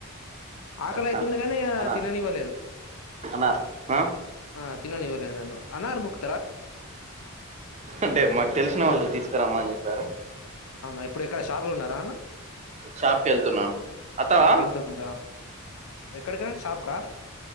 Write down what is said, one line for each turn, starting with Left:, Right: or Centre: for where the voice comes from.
Left: ఆకలి
Right: బస్ స్టాండ్
Left: ఐతుంది కానీ
Right: అన్నారు,
Left: తిననివ్వలేదు
Right: అన్నారు. ఆ!
Left: ఆ తిననివ్వలేదు నను అనార్భుక్
Right: అంటే మాకు తెలిసిన వాళ్ళు తీసుకురమ్మ అని చెప్పి సరే
Left: అవునా ఇప్పుడు ఎక్కడ షాపులు ఉన్నార అన్న
Right: షాప్‌కెళ్తున్నాను. అత్తవా?
Left: షాప్కి వెళ్తునరా ఎక్కడికన్న షాప్కా